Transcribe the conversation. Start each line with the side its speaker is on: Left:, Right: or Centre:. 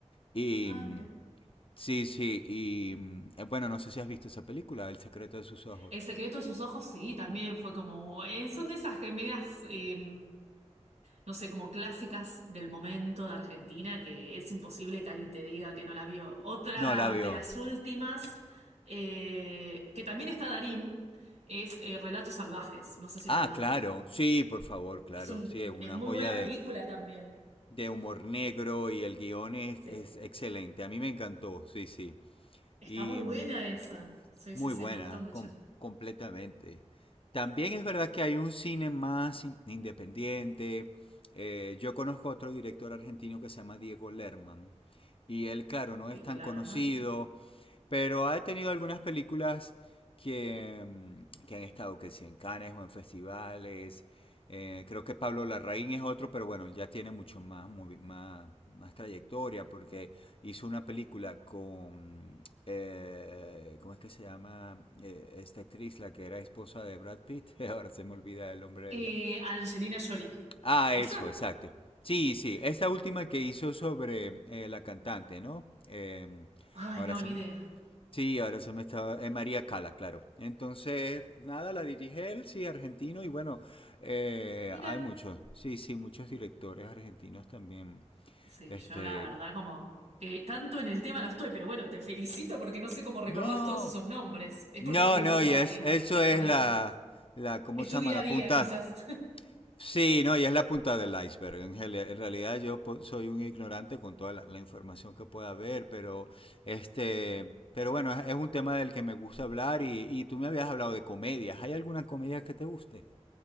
Left: y
Right: ah,
Left: mm,
Right: mira.
Left: sí, sí, y mm, eh, bueno, no sé si has visto esa película, El secreto de sus ojos.
Right: El secreto de sus ojos, sí, también fue como. eh, son de esas comedias, eh, no sé, como clásicas del momento de Argentina, que es imposible que alguien te diga que no la vio. Otra
Left: No la vio.
Right: de las últimas, eh, que también está Darín, es eh, Relatos Salvajes. No sé si
Left: Ah,
Right: la viste.
Left: claro, sí, por favor, claro,
Right: Es un,
Left: sí, es una
Right: es muy
Left: joya
Right: buena
Left: de,
Right: película también.
Left: de humor negro y el guión es,
Right: Sí.
Left: es excelente. A mí me encantó, sí, sí.
Right: Está
Left: Y
Right: muy buena
Left: mm,
Right: esa. Sí,
Left: muy
Right: sí, sí,
Left: buena,
Right: me gustó mucho.
Left: com- completamente. También es verdad que hay un cine más in- independiente. Eh, yo conozco a otro director argentino que se llama Diego Lerman. Y él, claro, no
Right: Diego
Left: es tan
Right: Larman.
Left: conocido, pero ha tenido algunas películas que, mm, que han estado, que si en Cannes o en festivales. Eh, creo que Pablo Larraín es otro, pero bueno, ya tiene mucho más, movi- más, más trayectoria porque hizo una película con, eh, ¿cómo es que se llama? Eh, esta actriz, la que era esposa de Brad Pitt. <laughs> Ahora se me olvida el nombre de
Right: Eh,
Left: ella.
Right: Angelina Jolie.
Left: Ah,
Right: ¿Esa?
Left: eso, exacto. Sí, sí, esta última que hizo sobre eh, la cantante, ¿no? Eh,
Right: Ay,
Left: ahora
Right: no,
Left: se,
Right: ni idea.
Left: Sí, ahora se me estaba. Es María Cala, claro. Entonces, nada, la dirige él, sí, argentino. Y bueno, eh,
Right: Mira,
Left: hay muchos, sí, sí, muchos directores argentinos también.
Right: sí,
Left: Este.
Right: yo la verdad como que tanto en el tema no estoy, pero bueno, te felicito porque no sé cómo recordás
Left: No,
Right: todos esos nombres. Es
Left: no,
Right: porque te gusta
Left: no, y es,
Right: y bueno,
Left: eso
Right: estás
Left: es
Right: con eso.
Left: la, la, ¿cómo
Right: Es
Left: se
Right: tu
Left: llama?
Right: día
Left: La
Right: a día,
Left: punta.
Right: quizás. <laughs>
Left: Sí, no, y es la punta del iceberg. En, gel- en realidad yo po- soy un ignorante con toda la, la información que pueda haber, pero este, pero bueno, es, es un tema del que me gusta hablar y, y tú me habías hablado de comedias. ¿Hay alguna comedia que te guste?